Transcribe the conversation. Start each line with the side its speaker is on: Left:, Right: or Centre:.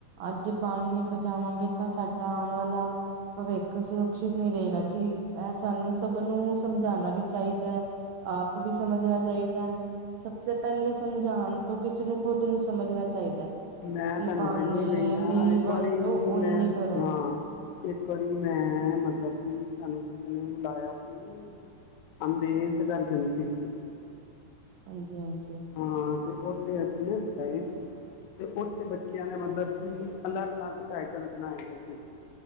Right: ਅੱਜ ਪਾਣੀ ਨੀ, ਪਹੁੰਚਾਵਾਂਗੇ ਤਾਂ, ਸਾਡਾ ਆਉਣ ਵਾਲਾ ਭਵਿੱਖ, ਸੁਰੱਖਸ਼ਿਤ ਨੀ ਰਹੇਗਾ ਜੀ, ਇਹ ਸਾਨੂੰ ਸਭ ਨੂੰ ਸਮਝਾਣਾ ਵੀ ਚਾਹੀਦਾ, ਆਪ ਵੀ ਸਮਝਣਾ ਚਾਹੀਦਾ, ਸਭ ਸੇ ਪਹਿਲੇ ਸਮਝਾਉਣ ਤੋਂ ਕਿਸੇ ਨੂੰ ਖੁਦ ਨੂੰ, ਸਮਝਣਾ ਚਾਹੀਦਾ।
Left: ਮੈਂ
Right: ਕਿ
Left: ਤੁਹਾਨੂੰ
Right: ਪਾਣੀ
Left: ਕਹਿੰਦੀ ਪਈ ਹ
Right: ਦੀ
Left: ਇੱਕ
Right: ਵਰਤੋਂ
Left: ਵਾਰੀ
Right: ਓਨੀ
Left: ਮੈਂ
Right: ਕਰੋ
Left: ਹਾਂ ਇੱਕ ਵਾਰੀ ਮੈਂ ਮਤਲਬ ਕਿ ਤੁਹਾਨੂੰ ਕਿਸੇ ਨੇ ਬੁਲਾਇਆ ਸੀ ਅੰਬਦ ਘਰ ਜਾਂਦੀ ਸੀ
Right: ਹਾਂਜੀ ਹਾਂਜੀ
Left: ਹਾਂ ਤੇ ਉੱਥੇ ਅਸੀਂ ਨਾਏ ਅਤੇ ਉਥੇ ਬੱਚਿਆਂ ਨੇਲ ਕਿ ਅਲੱਗ ਅਲੱਗ ਟਾਈਟਲ ਬਣਾਏ ਸੀ